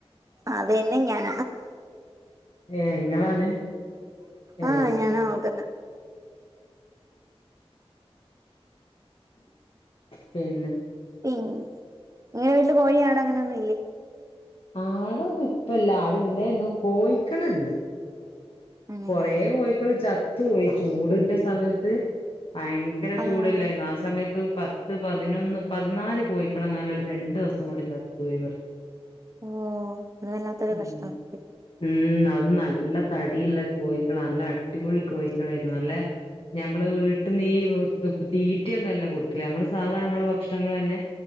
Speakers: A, on the right; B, on the left.
A: അതെന്നെ ഞാൻ
B: ഏ ഇങ്ങളാണ് ഏ
A: ആഹ് ഞാനാ നോക്കുന്ന്
B: പിന്നെ
A: പിൻ നിങ്ങെടെ വീട്ടില് കോഴി ആട് അങ്ങനൊന്നും ഇല്ലേ
B: ആടൊന്നും ഇപ്പല്ല ആടുണ്ടയിന്നു കോയിക്കളുണ്ട്
A: ആണല്ലേ
B: കൊറെ കോഴിക്കള് ചത്ത് പോയി ചൂടിന്റെ സമയത്ത് ഭയ ങ്കര
A: ആഹ്
B: ചൂടല്ലായിന്ന ആ സ സമയത്ത് പത്ത് പതിനൊന്ന് പതിനാല് കോയിക്കളങ്ങാൻ രണ്ടു ദിവസം കൊണ്ട് ചത്തുപോയി
A: ഓ അത് വല്ലാത്തൊരു
B: ഉം
A: കഷ്ടമായി പോയി
B: ഉം അത് നല്ല തടിള്ള കോഴിക്കള് നല്ല അടിപൊളി കോഴിക്കളായിരുന്നു നല്ല ഞമ്മള് വീട്ടിന്ന് ഈ തീറ്റയൊന്നും അല്ല കൊടുക്കല് നമ്മള് സാധാ നമ്മെളെ ഭക്ഷണങ്ങളെന്നെ